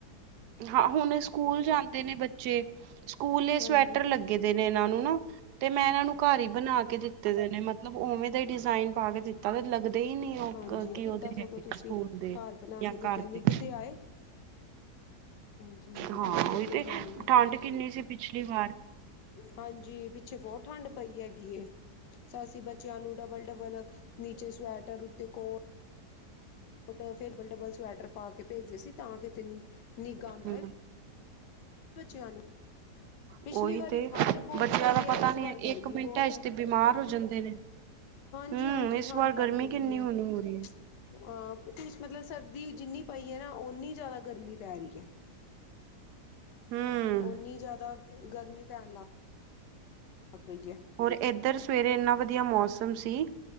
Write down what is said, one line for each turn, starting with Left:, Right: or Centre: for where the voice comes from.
Right: ਹਾਂ ਹੁਣ ਸਕੂਲ ਜਾਂਦੇ ਨੇ ਬੱਚੇ ਸਕੂਲ ਏ
Left: ਹਾਂਜੀ
Right: ਸਵੈਟਰ ਲੱਗੇ ਦੇ ਨੇ ਇਹਨਾਂ ਨੂੰ ਨਾ ਤੇ ਮੈਂ ਇਹਨਾਂ ਨੂੰ ਘਰ ਹੀ ਬਣਾ ਕੇ ਦਿੱਤੇ ਦੇ ਨੇ ਮਤਲਬ ਉਵੇਂ ਦਾ ਹੀ ਡਿਜ਼ਾਇਨ ਪਾ ਕੇ ਦਿੱਤਾ ਦਾ ਤੇ ਲੱਗਦੇ ਹੀ ਨਹੀਂ ਏ। ਉਹ
Left: ਹਾਂਜੀ
Right: ਕੀ
Left: ਕੀਤਾ
Right: ਉਹਦੇ
Left: ਸਗੋਂ
Right: ਹੈਗੇ
Left: ਤੁਸੀਂ
Right: ਆ ਸਕੂਲ ਦੇ
Left: ਘਰ ਬਣਾ
Right: ਜਾਂ
Left: ਕੇ ਦਿੱਤੇ
Right: ਘਰ
Left: ਨਿੱਘ
Right: ਦੇ
Left: ਤੇ ਆਏ। ਹਾਂਜੀ ਹਾਂਜੀ
Right: ਹਾਂ
Left: ਬਹੁਤ ਵਧੀਆ
Right: ਉਹੀ ਤੇ
Left: ਗੱਲ ਏ
Right: ਠੰਡ ਕਿੰਨੀ ਸੀ ਪਿਛਲੀ ਵਾਰ
Left: ਹਾਂਜੀ ਪਿੱਛੇ ਬਹੁਤ ਠੰਡ ਪਈ ਹੈਗੀ ਏ। ਅਸੀ ਬੱਚਿਆਂ ਨੂੰ ਡਬਲ-ਡਬਲ ਨੀਚੇ ਸਵੈਟਰ ਉਤੇ ਕੋਟ ਬੱਟ ਫਿਰ ਡਬਲ-ਡਬਲ ਸਵੈਟਰ ਪਾ ਕੇ ਭੇਜਦੇ ਸੀ ਤਾਂ ਕਿਥੇ ਨਿੱਘ ਆਂਦਾ
Right: ਹਮ
Left: ਏ। ਬੱਚਿਆਂ ਨੂੰ ਪਿਛਲੀ
Right: ਉਹੀ
Left: ਵਾਰੀ
Right: ਤੇ
Left: ਠੰਢ ਬਹੁਤ
Right: ਬੱਚਿਆਂ
Left: ਪਈ
Right: ਦਾ
Left: ਏ
Right: ਪਤਾ
Left: ਇਸ
Right: ਨੀ
Left: ਵਾਰ ਗਰਮੀ
Right: ਇੱਕ ਮਿੰਟ
Left: ਬਹੁਤ
Right: ਚ
Left: ਏ।
Right: ਤੇ ਬਿਮਾਰ ਹੋ ਜਾਂਦੇ ਨੇ
Left: ਹਾਂਜੀ-ਹਾਂਜੀ
Right: ਹੂੰ ਇਸ
Left: ਠੰਢ
Right: ਵਾਰ
Left: ਲੱਗ
Right: ਗਰਮੀ
Left: ਜਾਂਦੀ
Right: ਕਿੰਨੀ
Left: ਏ।
Right: ਹੋਣੀ ਹੋ ਰਹੀ ਹੈ
Left: <inaudible> ਹਾਂ ਕੁ ਮਤਲਬ ਸਰਦੀ ਜਿੰਨੀ ਪਈ ਹੈ ਨਾ ਓਨੀ ਜ਼ਿਆਦਾ ਗਰਮੀ ਪੈ ਰਹੀ ਹੈ।
Right: ਹੂੰ
Left: ਉਨੀ ਜ਼ਿਆਦਾ ਗਰਮੀ ਪੈਣ ਲੱਗ ਗਈ ਹੈ।
Right: ਹੋਰ ਇੱਧਰ ਸਵੇਰੇ ਇੰਨਾ ਵਧੀਆ ਮੌਸਮ ਸੀ